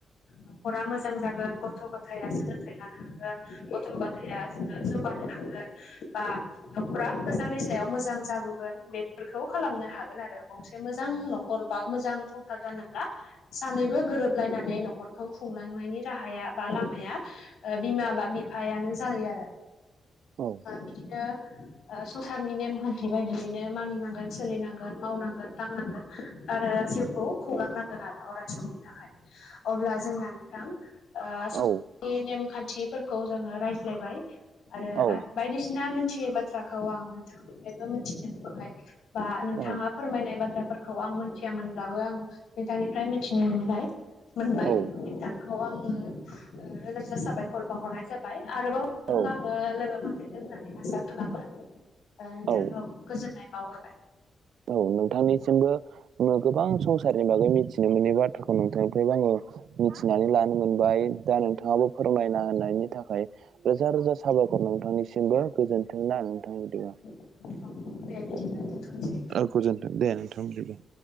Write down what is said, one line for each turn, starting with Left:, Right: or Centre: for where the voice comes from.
Left: न'खरा मोजां जागोन गथ' गथाया सोलोंथाइ लानो हागोन। गथ' गथाय जौगानो हागोना बा न'खरा मोजांनि सायाव मोजां जाबोगोन बेफोरखौ खालामनो हागोन आरो। गंसे मोजां न'खर बा मोजां संसार जानोब्लाबो सानैबो गोरोबलायनानै न'खरखौ खुंलांनायनि राहाया बा लामाया बिमा बा बिफायानो जायो आरो।
Right: औ।
Left: बिदिनो संसारनि नेमखान्थि बायदियैनो मानिनांगोन सोलिनांगोन। मावनांगोन दांनांगोन आरो जिउखौ खुंलांनांगोन आरो अराय समनि थाखाय।। अब्ला जोंना नोंथांनि
Right: औ
Left: नेमखान्थि फोर जोङो रायज्लायबाय आरो
Right: औ
Left: बायदिसिना मिथियै बाथ बाथाराखौ आं नोंथांनिफ्रायबो मिथिनो मोनबाय बा नोंथाङा
Right: औ
Left: फोरमायनाय बाथ्रा फोरखौ आं मिथियामोनब्लाबो आं नोंथांनिफ्राय मिथिनाय मोनबाय। मोनबाय
Right: औ
Left: बिथांखौ आङो रोजा रोजा साबायखर बावहरनाय जाबाय आरोबाव।
Right: औ
Left: आङो लोगो मोनफिनगोन होननानै आसा खालामो नोंथांखौ।
Right: औ
Left: गोजोननाय बावहरबाय।
Right: औ नोंथांनिसिमबो गोबां संसारनि बागै मिथिनो मोनै बाथ्राखौ नोंथांनिफ्रायबो आङो मिथिनानै लानो मोनबाय दा नोंथाङाबो फोरमायना होननायनि थाखायो रोजा रोजा साबायखर नोंथांनिसिमबो गोजोन्थों ना नोंथांनि सिम
Left: <unintelligible>
Right: आरो गोजोन्थों दे नोंथां बिदिब्ला।